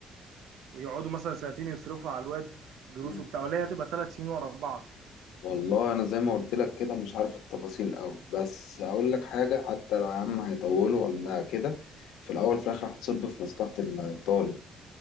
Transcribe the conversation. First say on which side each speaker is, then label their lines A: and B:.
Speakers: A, on the right; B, on the left.
A: ويقعدوا مثلا سنتين يصرفوا على الواد دروس
B: مم.
A: وبتاع ولا هي هتبقى ثلاث سنين ورا بعض
B: والله انا زي ما قلت لك كده مش عارف التفاصيل قوي بس اقول لك حاجه حتى لو يا عم هيطولوا ولا كده في الاول في الاخر هتصب في مصلحه الطالب